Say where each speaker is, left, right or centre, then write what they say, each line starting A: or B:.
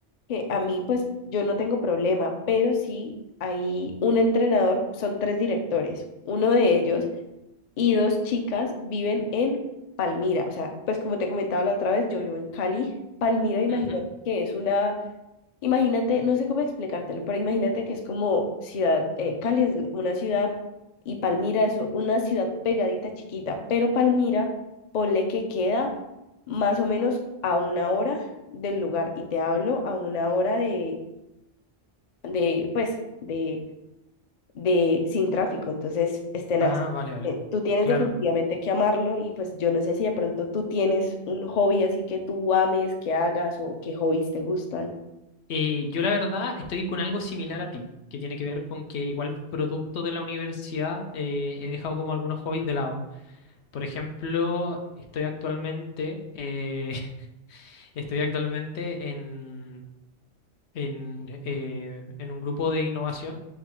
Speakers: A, on the left (about 50°); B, on the left (about 80°).
A: que a mí, pues, yo no tengo problema, pero sí hay un entrenador, son tres directores. Uno de ellos y dos chicas viven en Palmira. O sea, pues como te comentaba la otra vez, yo vivo en Cali. Palmira, imagínate
B: Ujú.
A: que es una, imagínate, no sé cómo explicártelo, pero imagínate que es como ciudad, eh, Cali es una ciudad y Palmira es una ciudad pegadita chiquita, pero Palmira, ponle que queda más o menos a una hora del lugar y te hablo a una hora de, de pues, de de sin tráfico, entonces es tenaz.
B: Ah, vale, vale.
A: Eh, Tú tienes
B: Claro.
A: definitivamente que amarlo y pues yo no sé si de pronto tú tienes un hobby así que tú ames, que hagas o qué hobbies te gustan.
B: Eh, yo la verdad estoy con algo similar a ti, que tiene que ver con que igual producto de la universidad eh, he dejado como algunos hobbies de lado. Por ejemplo, estoy actualmente, eh, <laughs> estoy actualmente en, en, eh, en un grupo de innovación,